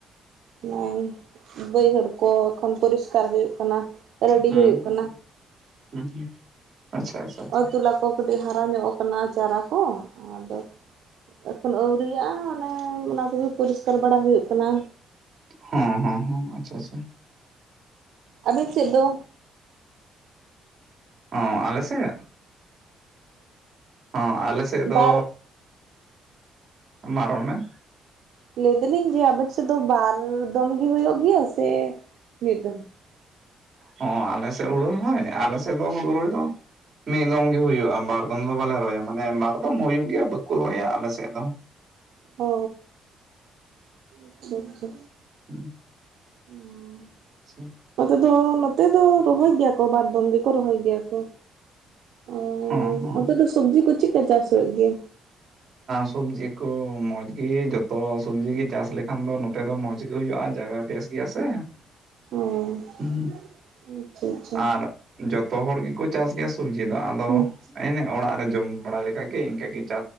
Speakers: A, on the right; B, on the right.
A: <unintelligible> ᱵᱟᱹᱭᱦᱟᱹᱲ ᱠᱚ ᱮᱠᱷᱚᱱ ᱯᱚᱨᱤᱥᱠᱟᱨ ᱦᱩᱭᱩᱜ ᱠᱟᱱᱟ ᱨᱮᱰᱤ
B: ᱦᱩᱸ
A: ᱦᱩᱭᱩᱜ ᱠᱟᱱᱟ
B: ᱦᱩᱸ ᱦᱩᱸ ᱟᱪᱪᱷᱟ ᱟᱪᱪᱷᱟ ᱟᱪᱪᱷᱟ
A: ᱚᱸ ᱛᱩᱞᱟ ᱠᱚ ᱠᱟᱹᱴᱤᱡ ᱦᱟᱨᱟ ᱧᱚᱜ ᱟᱠᱟᱱᱟ ᱪᱟᱨᱟ ᱠᱚ ᱟᱫᱚ ᱮᱠᱷᱚᱱ ᱟᱹᱣᱨᱤᱭᱟᱜᱼᱟ ᱚᱱᱮ ᱚᱱᱟ ᱠᱚᱜᱮ ᱯᱚᱨᱤᱥᱠᱟᱨ ᱵᱟᱲᱟ ᱦᱩᱭᱩᱜ ᱠᱟᱱᱟ
B: ᱦᱮᱸ ᱦᱮᱸ ᱦᱮᱸ ᱟᱪᱪᱷᱟ ᱟᱪᱪᱷᱟ
A: ᱟᱵᱮᱱ ᱥᱮᱫ ᱫᱚ
B: ᱚ ᱟᱞᱮ ᱥᱮᱜ ᱟᱞᱮ ᱥᱮᱫ
A: ᱦᱮᱸ
B: ᱫᱚ
A: ᱵᱟᱨ
B: ᱢᱟ ᱨᱚᱲ ᱢᱮ
A: ᱞᱟᱹᱭ ᱫᱟᱹᱞᱤᱧ ᱡᱮ ᱟᱵᱮᱱ ᱥᱮᱫ ᱫᱚ ᱵᱟᱨ ᱫᱚᱢ ᱜᱮ ᱦᱩᱭᱩᱜ ᱜᱮᱭᱟ ᱥᱮ ᱢᱤᱫᱫᱚᱢ
B: ᱦᱚᱸ ᱟᱞᱮ ᱥᱮᱫ ᱦᱩᱲᱩ ᱨᱚᱦᱚᱭ ᱟᱞᱮ ᱥᱮᱫ ᱫᱚ ᱦᱩᱲᱩ ᱨᱚᱭ ᱫᱚ ᱢᱤᱜ ᱫᱚᱢ ᱜᱮ ᱦᱩᱭᱩᱜᱜᱮᱭᱟ ᱵᱟᱨ ᱫᱚᱢ ᱫᱚ ᱵᱟᱞᱮ ᱨᱚᱦᱚᱭᱟ ᱢᱟᱱᱮ ᱵᱟᱨ ᱫᱚᱢ ᱦᱩᱭᱩᱜ ᱜᱮᱭᱟ ᱵᱟᱠᱚ ᱨᱚᱦᱚᱭᱟ ᱟᱞᱮᱥᱮᱫ ᱫᱚ
A: ᱚ ᱟᱪᱪᱷᱟ ᱟᱪᱪᱷᱟ
B: <inaudible>
A: ᱦᱩᱸ
B: ᱟᱪᱪᱷᱟ
A: ᱱᱚᱛᱮ ᱫᱚ ᱱᱚᱛᱮ ᱫᱚ ᱨᱚᱦᱚᱭ ᱜᱮᱭᱟ ᱠᱚ ᱵᱟᱨ ᱫᱚᱢ ᱜᱮᱠᱚ ᱨᱚᱦᱚᱭ ᱜᱮᱭᱟ ᱠᱚ ᱚ
B: ᱦᱚᱸ ᱦᱚᱸ
A: ᱚᱱᱛᱮ ᱫᱚ ᱥᱚᱵᱡᱤ ᱠᱚ ᱪᱮᱫᱠᱟ ᱪᱟᱥ ᱦᱳᱭᱳᱜ ᱜᱮᱭᱟ
B: ᱥᱚᱵᱡᱤ ᱠᱚ ᱢᱚᱡᱽ ᱜᱮ ᱡᱚᱛᱚ ᱥᱚᱵᱡᱤ ᱜᱮ ᱪᱟᱥ ᱞᱮᱠᱷᱟᱱ ᱫᱚ ᱱᱚᱛᱮᱫ ᱫᱚ ᱢᱚᱸᱡᱽ ᱜᱮ ᱦᱩᱭᱩᱜᱼᱟ ᱡᱟᱭᱜᱟ ᱵᱮᱥ ᱜᱮᱭᱟ ᱥᱮ
A: ᱚ
B: ᱦᱩᱸ
A: ᱟᱪᱪᱷᱟ ᱟᱪᱪᱷᱟ
B: ᱟᱨ ᱡᱚᱛᱚ ᱦᱚᱲ ᱜᱮᱠᱚ ᱪᱟᱥ ᱜᱮᱭᱟ ᱥᱚᱵᱡᱤ ᱫᱚ ᱟᱫᱚ
A: ᱦᱩᱸ
B: ᱮᱱᱮ ᱚᱲᱟᱜ ᱨᱮ ᱡᱚᱢ ᱵᱟᱲᱟ ᱞᱮᱠᱟᱜᱮ ᱤᱱᱠᱟᱹ ᱜᱮ